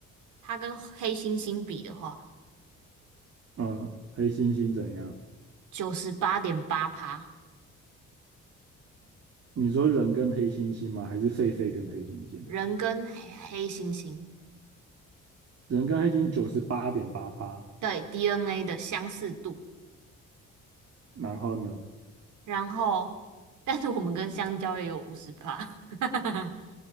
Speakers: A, on the right; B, on the right.
A: 它跟黑猩猩比的话，
B: 嗯，黑猩猩怎样？
A: 九十八点八趴，
B: 你说人跟黑猩猩吗？还是狒狒跟黑猩猩？
A: 人跟黑黑猩猩
B: 人跟黑猩猩九十八点八趴，
A: 对 DNA 的相似度，
B: 然后呢，
A: 然后但是我们跟香蕉也有五十趴，<laughs>